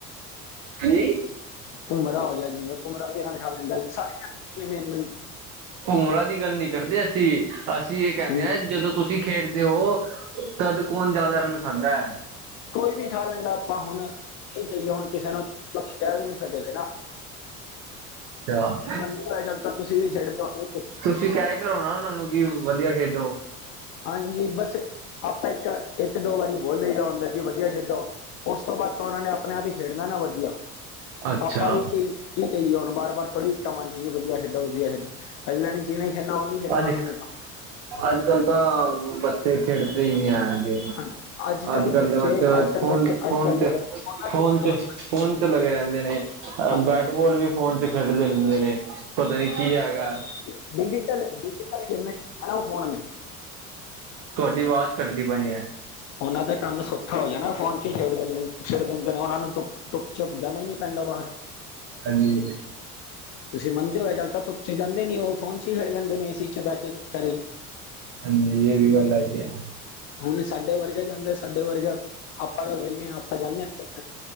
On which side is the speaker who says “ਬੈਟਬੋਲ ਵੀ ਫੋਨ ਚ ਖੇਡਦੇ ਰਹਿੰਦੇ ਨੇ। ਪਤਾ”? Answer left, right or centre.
Right